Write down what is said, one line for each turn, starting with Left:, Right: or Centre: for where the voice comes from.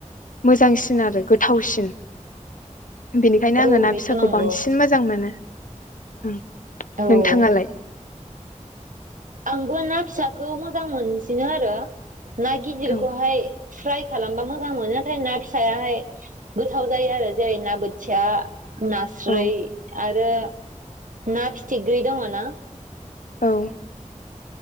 Left: मोजांसिन आरो गोथावसिन। बेनिखायनो आङो
Right: औ
Left: ना
Right: बेथ'
Left: फिसाखौ
Right: नंगौ
Left: बांसिन मोजां मोनो। ओम
Right: औ
Left: नोंथाङालाय
Right: आंबो ना फिसाखौ मोजां मोनसिनो आरो ना गिदिरखौहाय।
Left: औ
Right: फ्राय खालामबा मोजां मोनो नाथाय ना फिसायाहाय गोथाव जायो आरो जेरै ना बोथिया नास्रै
Left: औ
Right: आ आरो ना फिथिग्रि दङना
Left: औ